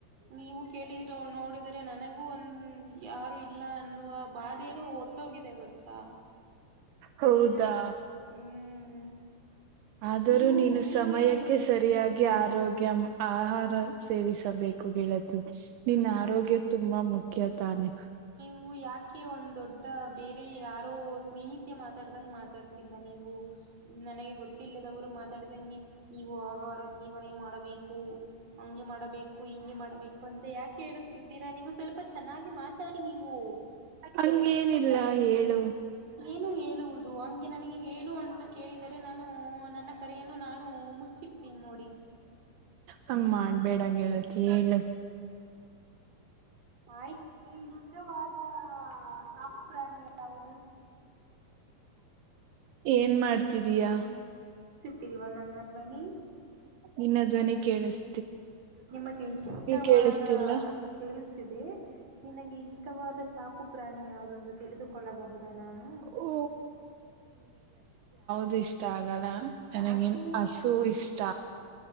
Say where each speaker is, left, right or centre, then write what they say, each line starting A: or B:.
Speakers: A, on the right; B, on the right.
A: ನೀವು ಕೇಳಿದ ನೋಡಿದರೆ ನನಗೂ ಒಂದ ಯಾರು ಇಲ್ಲ ಅನ್ನುವ ಬಾಧೇನ ಒಟ್ಟೋಗಿದೆ ಗೊತ್ತಾ
B: ಹೌದಾ
A: ಹ್ಮ್
B: ಆದರೂ
A: ನೀವು
B: ನೀನು
A: ನೀವು
B: ಸಮಯಕ್ಕೆ
A: ಏನು ಸೇವಿಸಿದ್ದೀರಾ
B: ಸರಿಯಾಗಿ ಆರೋಗ್ಯ ಆಹಾರ ಸೇವಿಸಬೇಕು ಗೆಳತಿ ನಿನ್ನ ಆರೋಗ್ಯ ತುಂಬಾ ಮುಖ್ಯ <unintelligible>
A: ನೀವು ಯಾಕೆ ಒಂದ್ ದೊಡ್ಡ ಬೇರೆ ಯಾರೋ ಸ್ನೇಹಿತೆ ಮಾತಾಡ್ದಂಗ ಮಾತಾಡ್ತಿಲ್ಲ ನೀವು ನನಗೆ ಗೊತ್ತಿಲ್ಲದವರು ಮಾತಾಡಿದಂಗೆ ನೀವು ಆಹಾರ ಸೇವನೆ ಮಾಡಬೇಕು ಹಗೆ ಮಾಡಬೇಕು ಹಿಂಗೆ ಮಾಡಬೇಕು ಅಂತ ಯಾಕೆ ಹೇಳುತ್ತಿದ್ದೀರಾ ನೀವು ಸ್ವಲ್ಪ ಚೆನ್ನಾಗಿ ಮಾತಾಡಿ ನೀವು
B: ಅಂಗೇನಿಲ್ಲ ಹೇಳು
A: ಏನು ಹೇಳುವುದು ಹಂಗೆ ನನಗೆ ಹೇಳುವಂತ ಕೇಳಿದರೆ ನಾನು ನನ್ನ ಕರೆಯನ್ನು ನಾನು ಮುಚ್ಚಿಡ್ತೀನಿ ನೋಡಿ
B: ಹಂಗ ಮಾಡಬೇಡ ಗೆಳತಿ ಹೇಳು
A: ಆಯ್ತು ನಲ್ಲಿ ಇಷ್ಟವಾದ ಸಾಕು ಪ್ರಾಣಿ ಯಾವುದು
B: ಏನ್ ಮಾಡ್ತಿದಿಯಾ
A: ಕೇಳುತ್ತಿಲ್ವಾ ನನ್ನ ಧ್ವನಿ
B: ನಿನ್ನ ಧ್ವನಿ ಕೇಳಿಸ್
A: ನಿಮಗೆ ಇಷ್ಟವಾದ
B: ಕೇಳಿಸ್ತಿಲ್ಲ.
A: ಕೇಳಸ್ ತಿಸದಿಯೇ ನಿನಗೆ ಇಷ್ಟವಾದ ಸಾಕು ಪ್ರಾಣಿ ಯಾವುದು ದೆಂದು ತಿಳಿದುಕೊಳ್ಳಬಹುದ ನಾನು
B: ಓ ಅದು ಇಷ್ಟ ಆಗಲ್ಲ ನನ್ನಗೆ
A: ಯಾಕೆ
B: ಹಸು ಇಷ್ಟ